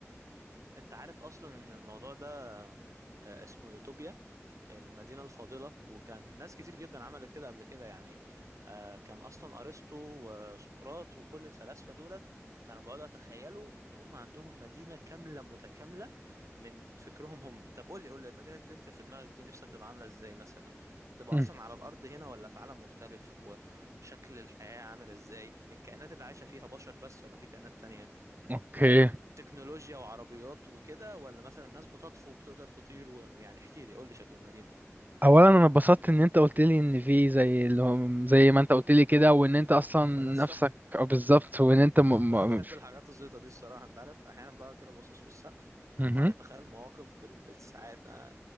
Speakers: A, on the right; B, on the right.
A: <laughs> انت عارف اصلا ان الموضوع ده آه، اسمه يوتوبيا المدينة الفاضلة وكان ناس كتير جدا عملت كده قبل كده يعني آه، كان أصلا أرسطو وسقراط وكل الفلاسفة دولت كانوا بيقعدوا يتخيلوا إن هم عندهم مدينة كاملة متكاملة من فكرهم هم طب قول لي قول لي المدينة دي أنت في دماغك دي نفسك تبقى عاملة إزاي مثلا تبقى
B: مم.
A: أصلا على الأرض هنا ولا في عالم مختلف وشكل الحياة عامل إزاي الكائنات اللي عايشة فيها بشر بس ولا في كائنات تانية
B: اوكي
A: آم، تكنولوجيا وعربيات وكده ولا مثلا الناس بتطفو وبتقدر تطير و... يعني احكي لي قول لي شكل المدينة
B: اولا انا اتبسطت ان انت قلت لي ان في زي اللي هو زي ما انت قلت لي كده وان انت اصلا
A: فلاسفة
B: نفسك أو بالظبط وان انت
A: <laughs>
B: م...
A: لا
B: م...
A: بحب الحاجات الزيطة دي الصراحة انت عارف احيانا بقى كده باصص في السقف
B: مهم.
A: وقاعد اتخيل مواقف بال... بالساعات أنا